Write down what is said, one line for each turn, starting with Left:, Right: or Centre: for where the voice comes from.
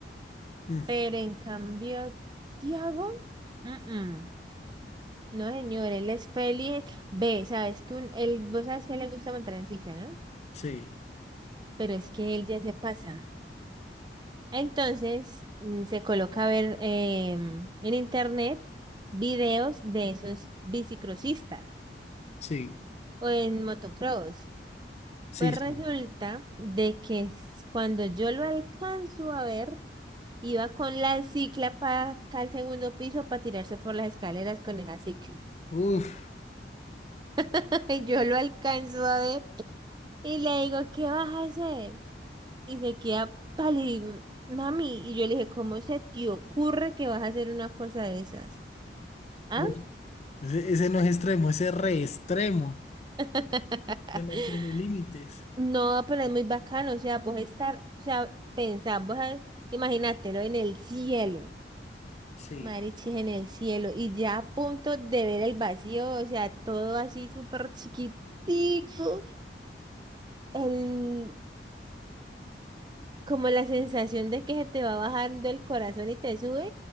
Left: mm,
Right: Pero en cambio, Tiago, mm, mm. No, señor, él es feliz. Ve, sabes que un, él, vos sabes que a él le gusta montar en cicla, ¿no?
Left: sí,
Right: Pero es que él ya se pasa. Entonces, mm, se coloca a ver em, en internet videos de esos bicicrosistas
Left: sí,
Right: o en motocross.
Left: sí,
Right: Pues resulta
Left: sí.
Right: de que s- cuando yo lo alcanzo a ver, iba con la cicla para acá al segundo piso para tirarse por las escaleras con esa cicla.
Left: Uf.
Right: <laughs> Yo lo alcanzo a ver y le digo, ¿qué vas a hacer? Y se queda pálido, mami. Y yo le dije, ¿cómo se te ocurre que vas a hacer una cosa de esas? ¿Ah?
Left: <laughs> Ese, ese no es extremo, ese es re extremo.
Right: <laughs>
Left: Ese no tiene límites.
Right: No, pero es muy bacano, o sea, vos estar, o sea, pensar, vos, a- imagínatelo en el cielo,
Left: Sí.
Right: marichis en el cielo, y ya a punto de ver el vacío, o sea, todo así súper chiquitico, el, como la sensación de que se te va bajando el corazón y te sube,